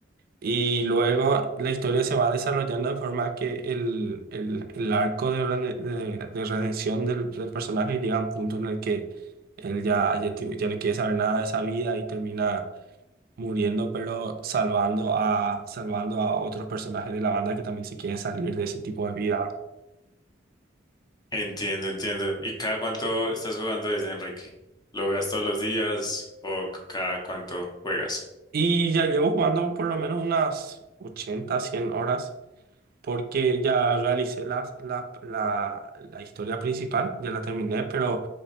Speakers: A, on the right; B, on the left.
A: Y luego la historia se va desarrollando de forma que el, el, el arco de, rene- de- de redención del, del personaje llega a un punto en el que él ya, ya, ti- ya no quiere saber nada de esa vida y termina muriendo, pero salvando a, salvando a otros personajes de la banda que también se quieren salir de ese tipo de vida.
B: Entiendo, entiendo. ¿Y cada cuánto estás jugando desde Enrique? ¿Lo juegas todos los días o c- cada cuánto juegas?
A: Y ya llevo jugando por lo menos unas 80 100 horas, porque ya realicé la, la, la, la historia principal, ya la terminé, pero